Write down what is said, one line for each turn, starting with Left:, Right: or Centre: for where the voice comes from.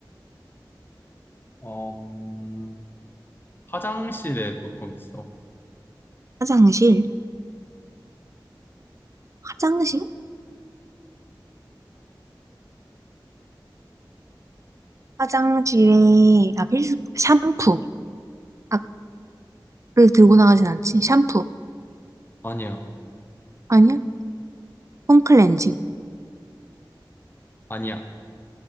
Left: 음, 화장실에 보통 있어.
Right: 화장실, 화장실? 화장실에, 아, 필수, 샴푸. 아, 그 들고 나가진 않지. 샴푸.
Left: 아니야,
Right: 아니야? 폼클렌징,
Left: 아니야.